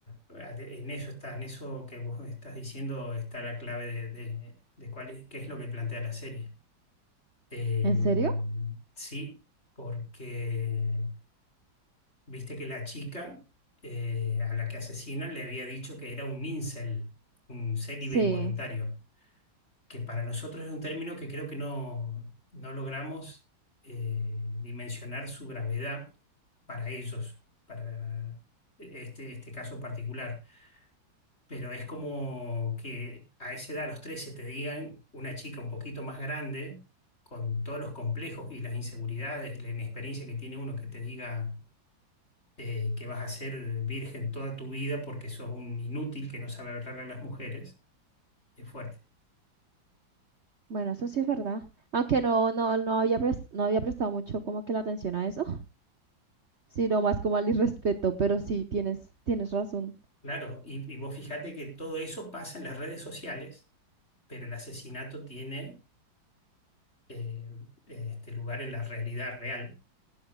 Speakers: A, on the left; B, on the right.
A: la- en eso está, en eso que vos estás diciendo está la clave de, de- de cuál es, qué es lo que plantea la serie. Eh,
B: ¿En serio?
A: sí, porque Viste que la chica eh, a la que asesinan le había dicho que era un incel, un célibe
B: Sí,
A: involuntario, que para nosotros es un término que creo que no, no logramos eh, dimensionar su gravedad para ellos, para este, este caso particular. Pero es como que a esa edad, a los 13 te digan una chica un poquito más grande, con todos los complejos y las inseguridades y la inexperiencia que tiene uno, que te diga eh, que vas a ser virgen toda tu vida porque sos un inútil que no sabe hablarle a las mujeres, es fuerte.
B: bueno, eso sí es verdad. Aunque no, no, no había, pres- no había prestado mucho como que la atención a eso, sino más como al irrespeto, pero sí, tienes, tienes razón.
A: Claro, y, y vos fíjate que todo eso pasa en las redes sociales, pero el asesinato tiene eh, este lugar en la realidad real.